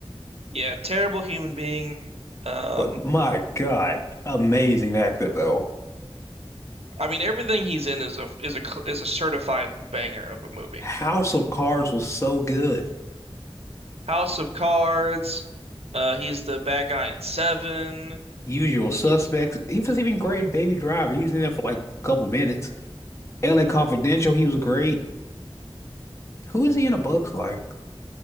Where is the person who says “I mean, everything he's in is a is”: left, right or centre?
Right